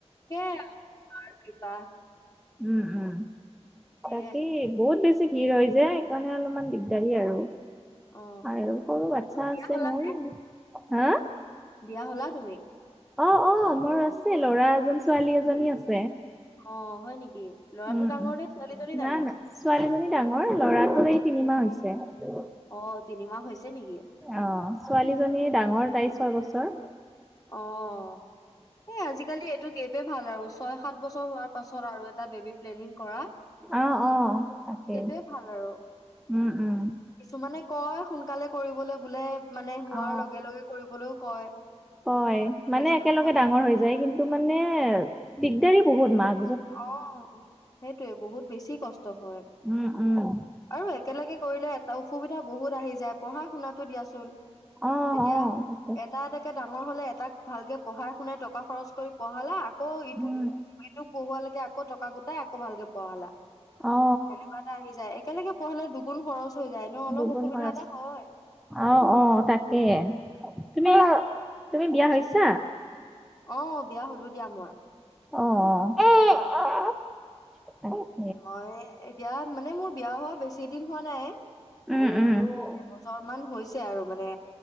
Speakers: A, on the left; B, in the centre.
A: সেয়াই মাৰ কৃপা!
B: উম, উম,
A: সেয়াই
B: তাকে, বহুত বেছ ছি ভিৰ হয় যে, সেইকাৰণে অলপমান দিগদাৰী আৰু।
A: অ
B: আৰু সৰু বাচ্ছা আছে
A: বিয়া হলা
B: মোৰ,
A: নে
B: হাঁ অ,
A: বিয়া হলা তুমি
B: অ', মোৰ আছে, ল'ৰা এজন ছোৱালী এজনী আছে।
A: অ', হয় নেকি, ল'ৰাটো
B: উম
A: ডাঙৰ
B: উম
A: নে ছোৱালীজনী
B: না
A: ডাঙৰ?
B: না ছোৱালীজনী ডাঙৰ, লৰাটোৰ এই তিনিমাহ হৈছে।
A: অ', তিনিমাহ হৈছে নেকি?
B: অ', ছোৱালীজনীয়ে ডাঙৰ, তাইৰ ছয় বছৰ
A: অ' এই আজিকালি এইটো গেপে ভাল আৰু, ছয় সাত বছৰ হোৱাৰ পাছত আৰু এটা বেবী প্লেনিং কৰা
B: অ', অ, তাকেই।
A: সেইটোয়ে ভাল আৰু
B: উম, উম
A: কিছুমানে কয় সোনকালে কৰিবলৈ, বোলে মানে হোৱাৰ
B: অ
A: লগে লগে কৰিবলৈও কয়
B: হয়, মানে
A: ৰেজাল্ট
B: একেলগে
A: হয়
B: ডাঙৰ হৈ যায়, কিন্তু মানে দিগদাৰি বহুত মাক
A: অ', সেইটোৱে, বহুত বেছি কষ্ট হয়
B: উম, উম
A: আৰু একেলগে কৰিলে এটা অসুবিধা বহুত আহি যায়, পঢ়া শুনাত টো দিয়াচোন,
B: অ
A: এতিয়া
B: অ তাকে
A: এটা এটাক কে ডাঙৰ হলে, এটাক ভালকে পঢ়াই শুনাই টকা খৰচ কৰি পঢ়ালা, আকৌ ইটোক,
B: উম
A: ইটোক কে আকৌ টকা গোটাই আকৌ ভালকে পাঢ়ালা।
B: অ
A: সেনেকুৱা এটা আহি যায়, একেলগে পঢ়ালে দুগুণ খৰচ হৈ যায় ন' অলপ
B: দুগুণ
A: অসুবিধা
B: খৰচ
A: এটা হয়।
B: অ', অ', তাকে তুমি, তুমি বিয়া হৈছা?
A: অ', বিয়া হলোঁ দিয়া মই।
B: অ', অ', অ'।
A: মই এতিয়া মানে মোৰ বিয়া হোৱা বেছি দিন হোৱা নাই।
B: উম উম
A: এবছৰ মান হৈছে আৰু মানে